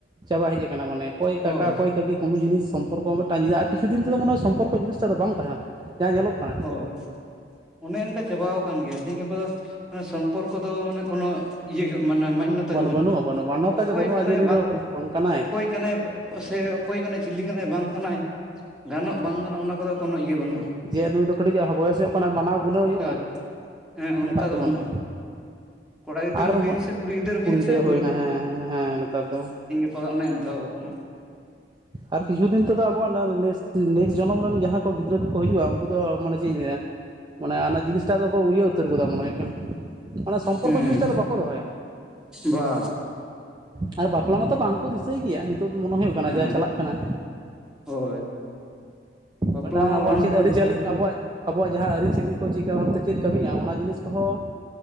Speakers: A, on the right; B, in the centre.
A: ᱪᱟᱵᱟ ᱦᱮᱡ ᱟᱸ ᱠᱟᱱᱟ ᱢᱟᱹᱱᱮ ᱠᱚᱭ ᱠᱟᱠᱟ
B: ᱦᱳᱭ
A: ᱠᱚᱭ ᱠᱟᱹᱠᱤ ᱠᱳᱱᱳ ᱡᱤᱱᱤᱥ ᱥᱚᱢᱯᱚᱨᱠᱚᱸ ᱢᱮᱜᱴᱟᱝ ᱟᱨ ᱠᱤᱪᱷᱩ ᱫᱤᱱ ᱛᱮᱫᱚ ᱢᱚᱱᱮ ᱦᱚᱭ ᱥᱚᱢᱯᱠᱚ ᱡᱤᱱᱤᱥᱴᱟ ᱫᱚ ᱵᱟᱝ ᱛᱟᱦᱮᱱᱟ ᱡᱟᱦᱟᱸ ᱧᱮᱞᱚᱜ ᱠᱟᱱᱟ᱾
B: ᱦᱚᱭ ᱚᱱᱮ ᱚᱱᱠᱟ ᱪᱟᱵᱟᱣ ᱠᱟᱱ ᱜᱮᱭᱟ ᱛᱮᱤᱦᱮᱧ ᱜᱟᱯᱟ ᱫᱚ ᱱᱮ ᱥᱚᱢᱯᱚᱨ ᱠᱚ ᱫᱚ ᱢᱟᱱᱮ ᱠᱚᱱᱚ ᱤᱭᱟᱹ ᱜᱮ ᱢᱟᱱᱮ ᱢᱟᱱᱱᱚ
A: ᱵᱟᱹᱱᱩᱜᱼᱟ
B: ᱛᱟ ᱜᱮ ᱵᱟᱹᱱᱩᱜ-ᱟ
A: ᱵᱟᱹᱱᱩᱜᱼᱟ ᱢᱟᱱᱚᱛᱟ
B: ᱚᱠᱚᱭ
A: ᱜᱮ ᱵᱟᱹᱱᱩᱜᱼᱟ
B: ᱠᱟᱱᱟᱭ
A: ᱡᱮ ᱱᱩᱭ
B: ᱵᱟᱝ
A: ᱫᱚ ᱠᱟᱱᱟ ᱠᱟᱱᱟᱭ
B: ᱚᱠᱚᱭ ᱠᱟᱱᱟᱹᱭ ᱥᱮ ᱚᱠᱚᱭ ᱠᱟᱱᱟᱭ ᱪᱤᱞᱤ ᱠᱟᱱᱟᱭ ᱵᱟᱝ ᱠᱟᱱᱟᱭ ᱜᱟᱱᱚᱜ ᱵᱟᱝ ᱜᱟᱱᱚᱜ ᱚᱱᱟ ᱠᱚᱫᱚ ᱠᱳᱱᱳ ᱤᱭᱟᱹ ᱵᱟᱹᱱᱩᱜ-ᱟ᱾
A: ᱡᱮ ᱱᱩᱭ ᱫᱚ ᱠᱟᱹᱴᱤᱡ ᱦᱟ ᱵᱚᱭᱮᱥᱚᱜ ᱠᱟᱱᱟ ᱢᱟᱱᱟᱹᱣ ᱜᱩᱱᱟᱹᱣ ᱦᱩᱭᱩᱜ-ᱟ
B: ᱦᱳᱭ ᱦᱮᱸ
A: ᱚᱱᱟᱴᱟᱜ
B: ᱚᱱᱠᱟ
A: ᱫᱚ
B: ᱵᱟᱹᱱᱩᱜᱼᱟ
A: ᱵᱟᱹᱱᱩᱜ-ᱟ᱾
B: ᱠᱚᱲᱟ ᱜᱤᱫᱽᱨᱟᱹ
A: ᱟᱨᱻ
B: ᱦᱩᱭᱮᱱ ᱥᱮ
A: ᱠᱩᱲᱤ
B: ᱦᱩᱭᱮᱱ
A: ᱜᱤᱫᱽᱨᱟᱹ
B: ᱥᱮ
A: ᱦᱳᱭᱱᱟ ᱦᱮᱸ ᱦᱮᱸ ᱱᱮᱛᱟᱨ ᱫᱚ᱾
B: ᱠᱚ ᱚᱱᱮ ᱚᱱ ᱠᱟᱣ ᱠᱟᱱᱟ᱾
A: ᱟᱨ ᱠᱤᱪᱷᱩ ᱫᱤᱱ ᱛᱮᱫᱚ ᱟᱸᱵᱚᱣᱟᱜ ᱱᱟ ᱱᱮᱥ ᱱᱮᱠᱥ ᱡᱚᱱᱚᱢ ᱨᱮᱱ ᱡᱟᱦᱟᱸᱭ ᱠᱚ ᱜᱤᱫᱽᱨᱟᱹ ᱠᱚᱠᱚᱸ ᱦᱤᱡᱩᱜ-ᱟ ᱩᱝᱠᱩ ᱫᱚ ᱢᱟᱱᱮᱹ ᱪᱮᱜ ᱤᱧ ᱞᱟᱹᱭᱟ ᱢᱟᱱᱮ ᱚᱱᱟ ᱡᱤᱱᱤᱥᱴᱟᱜ ᱫᱚᱠᱚ ᱤᱭᱟᱹ ᱩᱛᱟᱹᱨ ᱜᱚᱫᱟ ᱢᱚᱱᱮ ᱦᱩᱭᱩᱜ ᱠᱟᱱᱟ᱾ ᱚᱱᱟ ᱥᱚᱢᱯᱚᱨᱠᱚᱸ
B: ᱦᱩᱸ
A: ᱡᱤᱱᱤᱥᱹᱴᱟ ᱫᱚ ᱵᱟᱠᱚᱸ ᱫᱚᱦᱚᱭᱟ᱾
B: ᱵᱟ
A: ᱟᱨ ᱵᱟᱯᱞᱟ ᱢᱟᱛᱚ ᱵᱟᱝᱠᱚᱸ ᱫᱤᱥᱟᱹᱭ ᱜᱮᱹᱭᱟ ᱱᱤᱛᱳᱜ ᱫᱚ ᱢᱚᱱᱮ ᱦᱩᱭᱩᱜ ᱠᱟᱱᱟ
B: ᱦᱮᱸ
A: ᱡᱟ ᱪᱟᱞᱟᱜ ᱠᱟᱱᱟ
B: ᱦᱳᱭ ᱵᱟᱯᱞᱟ
A: ᱢᱮᱜᱴᱟᱝ ᱟᱸᱵᱚᱣᱟᱜ
B: ᱢᱟ ᱵᱟᱝ
A: ᱪᱮᱫ
B: ᱠᱚ
A: ᱟᱹᱨᱤᱪᱟᱹᱞᱤ
B: ᱫᱤᱥᱟᱹᱭᱟ
A: ᱟᱸᱵᱚᱣᱟᱜ ᱟᱸᱵᱚᱣᱟᱜ ᱡᱟᱦᱟᱸ ᱟᱹᱨᱤᱪᱟᱹᱞᱤ ᱠᱚ ᱪᱮᱜᱠᱟ ᱵᱷᱟᱵᱛᱮ ᱪᱮᱫ ᱠᱟᱹᱢᱤᱜ-ᱟ ᱚᱱᱟ ᱡᱤᱱᱤᱥ ᱠᱚᱦᱚᱸ